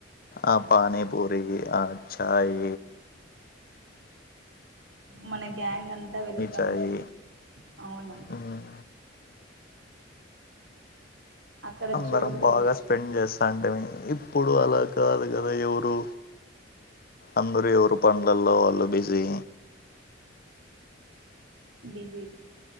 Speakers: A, on the left; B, on the right.
A: ఆ పనీపూరి ఆ చయ్
B: మన గ్యాంగ్ అంతా వెళ్తా
A: చాయ్
B: ఉంటున్నా అవును
A: ఉమ్,
B: అక్కడ
A: అందరం
B: జోకులు
A: బాగా స్పెండ్ చేస్తా అంటే ఇప్పుడు అలా కాదు కదా ఎవరు అందరుూ ఎవరు పండ్లల్లో వాళ్ళు బిజీ
B: బిజేపి